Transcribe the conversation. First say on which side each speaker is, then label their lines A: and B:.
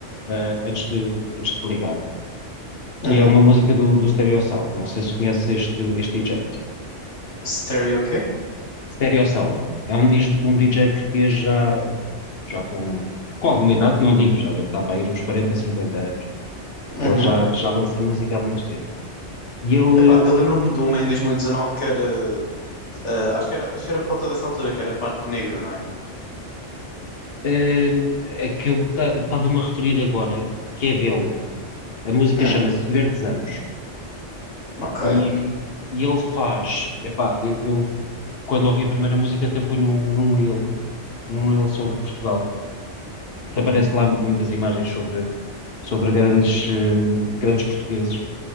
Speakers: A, on the left (about 55°); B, on the left (about 70°).
A: ah, antes de, antes de te ligar,
B: uhum.
A: que é uma música do, do Stereossauro. Não sei se conheces este, este DJ.
B: Stereo, ok?
A: Stereossauro é um, dis- um DJ português já, já com, com alguma idade, não digo, já deve estar para ir nos 40, 50 anos,
B: Uhum.
A: que ele já, já lança música há muito tempo. E ele,
B: Epá, eu lembro-me de uma em 2019 que era, eh, acho que era, acho que era por volta dessa altura, que era Barco Negro, não é?
A: hum, aquilo que estava-me a referir agora, que é dele. A música
B: Hum,
A: chama-se Verdes Anos.
B: ok.
A: E, e ele faz, epá, eu, eu quando ouvi a primeira música até foi num, num reel, num reel sobre Portugal, que aparece lá muitas imagens sobre, sobre grandes, hum, grandes portugueses